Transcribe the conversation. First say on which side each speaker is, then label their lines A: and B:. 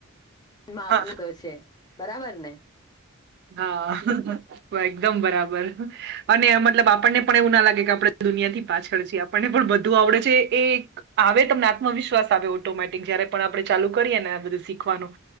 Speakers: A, on the left; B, on the right.
A: માપના
B: હા
A: તો છે. બરાબરને?
B: હઅ, <unintelligible> એકદમ બરાબર. અને મતલબ આપણને પણ એવું ના લાગે કે આપડે દુનિયાથી પાછળ છીએ. આપણને પણ બધું આવડે છે, એક આવે તમને આત્મવિશ્વાસ આવે ઓટોમેટિક જયારે એ પણ આપડે ચાલુ કરીએ ને બધું શીખવાનું.